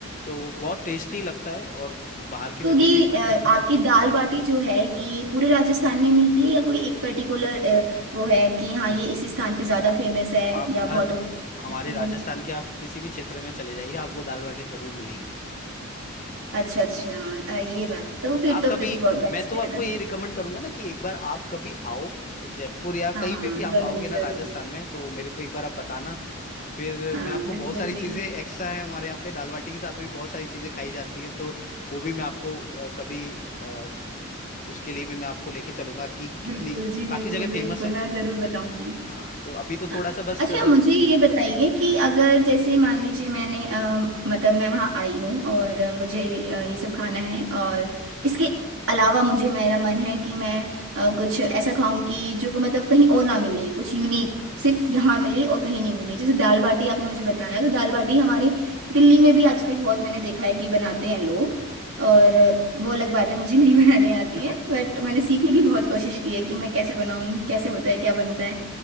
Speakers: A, on the left; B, on the right.
A: तो बहुत टेस्टी लगता है और बाहर के
B: तो
A: विदेशी
B: ये
A: पर्यटक
B: अ,
A: जो है
B: आपकी
A: उनको
B: दाल
A: पसंद
B: बाटी
A: है
B: जो है ये पूरे राजस्थान में मिलती है या कोई एक पर्टिकुलर वो है कि हाँ
A: नहीं
B: ये इस स्थान पे ज्यादा फेमस है
A: आप
B: या
A: हर
B: बहुत उप-
A: हमारे
B: ये
A: राजस्थान के आप किसी भी क्षेत्र में चले जाइए आपको दाल बाटी जरूर मिलेगी
B: अच्छा अच्छा अ, ये बात तो फिर
A: आप
B: तो
A: कभी
B: फिर बहुत बेस्ट
A: मैं तो आपको
B: है अगर
A: ये रिकमेंड करूंगा ना कि एक बार आप कभी आओ जयपुर या
B: हाँ
A: कहीं
B: हाँ
A: पे भी आप
B: जरूर
A: आओगे ना
B: जरूर
A: राजस्थान में तो मेरे को एक बार आप बताना फिर
B: हाँ
A: मैं आपको
B: बिल्कुल
A: बहुत सारी चीजें
B: जी
A: एक्स्ट्रा है हमारे यहाँ पे दाल बाटी के साथ भी बहुत सारी चीजें खाई जाती हैं तो वो भी मैं आपको अ, कभी अ, उसके लिए भी मैं आपको लेके चलूंगा कि कितनी
B: बिल्कुल जी बिल्कुल
A: काफी जगह
B: बिल्कुल
A: फेमस है
B: मैं जरूर बताऊंगी
A: हाँ तो अभी तो
B: हाँ,
A: थोड़ा सा बस
B: अच्छा
A: अ,
B: मुझे ये बताइए कि अगर जैसे मान लीजिए मैंने अ, मतलब मैं वहाँ आई हूँ और अ,
A: हम्म हम्म
B: मुझे अ, ये सब खाना है और इसके अलावा मुझे मेरा मन है कि मैं अ, कुछ ऐसा खाऊं कि जो मतलब कहीं और ना मिले कुछ यूनिक सिर्फ यहाँ मिले और कहीं नहीं मिले जैसे दाल बाटी आपने मुझे बताया तो दाल बाटी
A: हम्म,
B: हमारे दिल्ली में भी आजकल बहुत मैंने देखा है कि बनाते हैं लोग
A: बिल्कुल
B: और वो अलग बात है मुझे नहीं <laughs> बनाने आती
A: <laughs>
B: है बट मैंने सीखने की बहुत कोशिश की है कि मैं कैसे बनाऊं कैसे होता है क्या बनता है